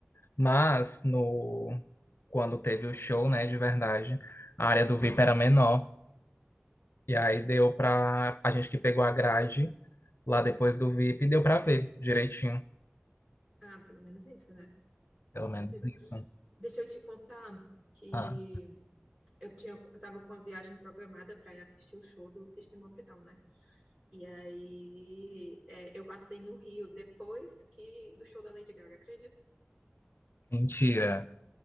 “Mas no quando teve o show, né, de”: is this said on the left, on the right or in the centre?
Left